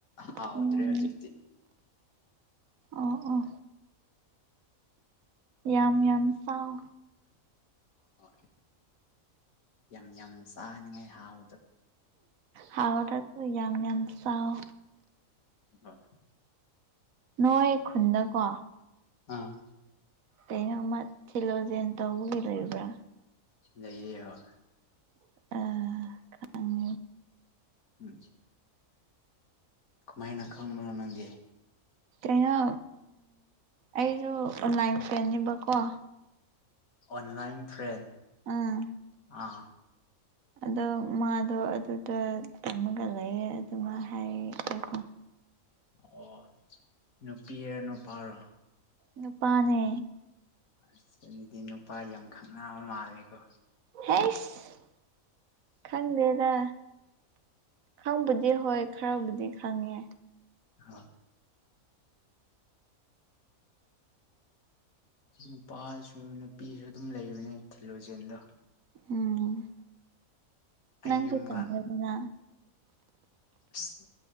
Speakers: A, on the left; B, on the right.
A: ꯍꯥꯎꯗ꯭ꯔꯦ
B: ꯎꯝ
A: ꯍꯧꯖꯤꯛꯇꯤ
B: ꯑ‌ꯣ ꯑ‌ꯣ ꯌꯥꯝ ꯌꯥꯝ ꯆꯥꯎ
A: ꯍ ꯌꯥꯝ ꯌꯥꯝ ꯆꯥꯅꯤꯡꯉꯥꯏ ꯍꯥꯎ
B: ꯍꯥꯎꯗ꯭ꯔꯁꯨ ꯌꯥꯝ ꯌꯥꯝ ꯆꯥꯑꯣ
A: ꯑꯥ
B: ꯅꯣꯏ ꯈꯨꯟꯗꯀꯣ
A: ꯑꯥ
B: ꯀꯩꯅ‌ꯣ ꯑꯃ ꯊꯤꯂꯣꯁꯦꯅ ꯇꯧꯕꯒꯤ ꯂꯩꯕ꯭ꯔꯥ
A: ꯂꯩꯏꯌꯦ ꯍ‌ꯣꯏ
B: ꯑꯥ
A: ꯎꯝ ꯀꯃꯥꯏꯅ ꯈꯪꯕꯣ ꯅꯪꯗꯤ
B: ꯀꯩꯅꯣ ꯑꯩꯁꯨ ꯑꯣꯟꯂꯥꯏꯟ ꯐ꯭ꯔꯦꯟꯅꯦꯕꯀꯣ
A: ꯑꯣꯟꯂꯥꯏꯟ ꯐ꯭ꯔꯦꯟ
B: ꯎꯝ
A: ꯑꯥ
B: ꯑꯗꯣ ꯃꯥꯗꯣ ꯑꯗꯨꯗ ꯇꯝꯃꯒ ꯂꯩꯌꯦ ꯑꯗꯨꯃ ꯍꯥꯏꯒꯀꯣ
A: ꯑꯣ ꯅꯨꯄꯤꯔ ꯅꯨꯄꯥꯔꯣ
B: ꯅꯨꯄꯥꯅꯦ
A: ꯑꯁ ꯑꯗꯨꯗꯤ ꯅꯨꯄꯥ ꯌꯥꯝ ꯈꯪꯅꯕ ꯃꯥꯜꯂꯦꯀꯣ
B: ꯍꯁ ꯈꯪꯗꯦꯗ ꯈꯪꯕꯨꯗꯤ ꯍꯣꯏ ꯈꯔꯕꯨꯗꯤ ꯈꯪꯉꯦ
A: ꯍꯥ ꯅꯨꯄꯥꯁꯨ ꯅꯨꯄꯤꯁꯨ ꯑꯗꯨꯝ ꯂꯩꯕꯅꯦ ꯊꯤꯜꯂꯣꯖꯦꯜꯗ
B: ꯎꯝ
A: ꯑꯩ
B: ꯅꯪꯁꯨ
A: ꯌꯨꯝꯒ
B: ꯇꯝꯃꯦꯗꯅ
A: ꯑꯁ